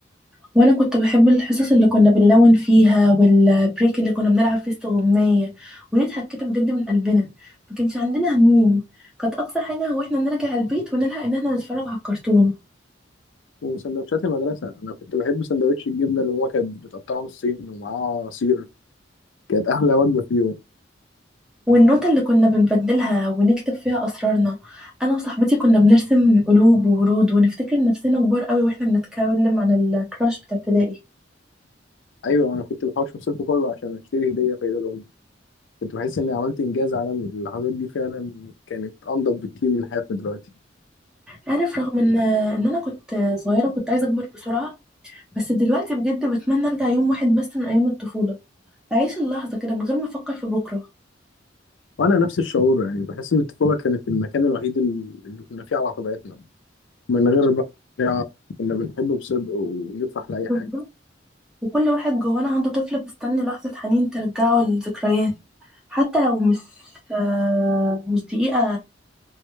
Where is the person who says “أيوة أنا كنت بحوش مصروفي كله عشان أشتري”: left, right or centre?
Left